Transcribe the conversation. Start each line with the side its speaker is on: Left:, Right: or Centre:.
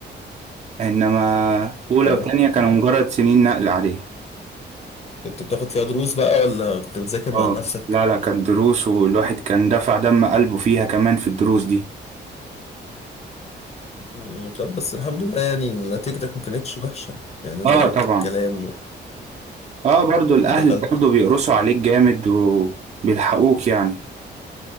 Right: انما اولى
Left: يا
Right: وثانية
Left: بختك
Right: كانوا
Left: يا عم
Right: مجرد سنين نقل عادية
Left: كنت بتاخد فيها دروس بقى ولا كنت بتذاكر مع
Right: اه
Left: نفسك؟
Right: لا لا كانت دروس والواحد كان دفع دم قلبه فيها كمان في الدروس دي
Left: مم، طب بس الحمد لله يعني نتيجتك ما كانتش وحشة يعني
Right: اه
Left: ظبطت
Right: طبعا
Left: الكلام و-
Right: اه برضو الاهل
Left: ودخلت
Right: برضو بيقرصوا عليك جامد وبيلحقوك يعني